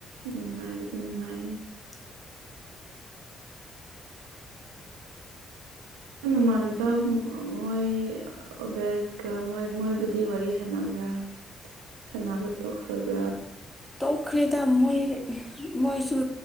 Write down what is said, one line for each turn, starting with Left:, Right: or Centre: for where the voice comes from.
Right: ꯅꯨꯡꯉꯥꯏꯕ ꯅꯨꯉꯥꯏꯅꯤ ꯎꯝ ꯏꯃꯥꯟꯅꯕ ꯃꯣꯏ ꯕꯦꯠꯀ ꯃꯣꯏ ꯃꯣꯏꯕꯨꯗꯤ ꯋꯥꯔꯤ ꯁꯥꯟꯅꯕ꯭ꯔꯥ ꯁꯥꯟꯅꯕ ꯇꯣꯛꯈ꯭ꯔꯕ꯭ꯔꯥ
Centre: ꯇꯣꯛꯈ꯭ꯔꯦꯗ ꯃꯣꯏ ꯃꯣꯏꯁꯨ